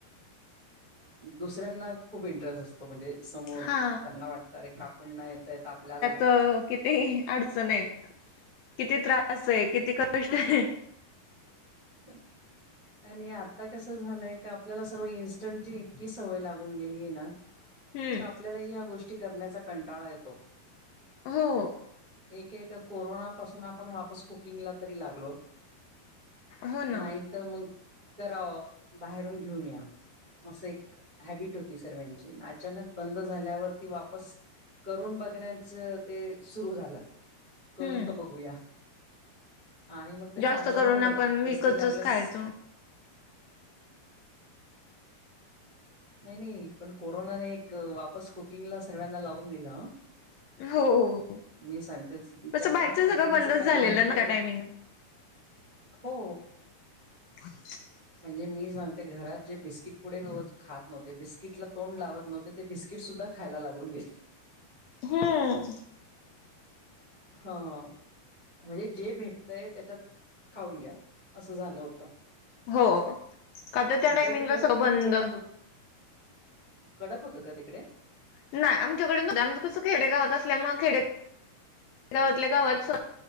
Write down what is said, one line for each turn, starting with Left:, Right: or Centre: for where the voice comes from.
Right: दुसऱ्यांना खूप इंटरेस्ट असतो तो म्हणजे समोर
Left: हा
Right: त्यांना वाटतं रे काकून नाही येत येत आपल्याला
Left: अ किती ते अडचण आहेत किती त्रास आहे किती कष्ट आहे
Right: हर आणि आता कसं झालंय का आपल्याला सर्व इन्स्टंटची इतकी सवय लागून गेलीय ना
Left: हम्म
Right: का आपल्यालाही या्या गोष्टी करण्याचा कंटाळा येतो
Left: हो
Right: एक एक कोरोना पासून आपण वापस कुकिंगला तरी लागलो
Left: हो ना
Right: नाही तर मग करावं बाहेरून घेऊन या असं एक हॅबिट होती सर्वाची अचानक बंद झाल्यावरती वापस करून बघण्याच ते सुरू झालं करून
Left: हम्म
Right: तर बघूया आणि मग ते चांगलं
Left: जास्त करून
Right: झालं
Left: आपण
Right: टेस्टी
Left: विकतच
Right: लागलंस
Left: खायचो हम्
Right: नाही नाही पण कोरोनाने एक वापस कुकिंगला सर्व्यांना लावून दिला
Left: हो
Right: मी सांगतेच ज्यांना
Left: असं बाहेरच
Right: कुकिंगच
Left: सगळं बंदच
Right: काही माहित
Left: झालेलं
Right: नव्हतं
Left: ना त्या टायमिंगला
Right: हो
Left: ह <unintelligible>
Right: म्हणजे मी सांगते घरात जे बिस्किट पुढे खात नव्हते बिस्किटला तोंड लावत नव्हते ते बिस्किट सुद्धा खायला लागून गेले
Left: हम्म
Right: हा म्हणजे जे भेटतय त्याच्यात खाऊन घ्या असं झालं होतं
Left: हो का तर त्या
Right: तुमच्या
Left: टायमिंगला
Right: तिकडे
Left: सगळं
Right: तर किती
Left: बंद
Right: कडक हो कडक होतं का तिकडे
Left: नाही आमच्याकडे न आमंच कसं खेडेगावात असल्यामुळ खेडे गावातल्या गावात